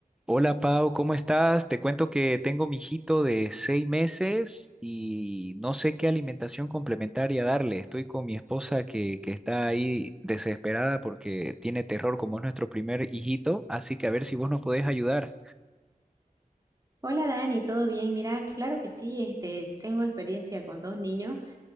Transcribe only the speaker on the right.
Hola Dani, ¿todo bien? Mira, claro que sí, este, tengo experiencia con dos niños.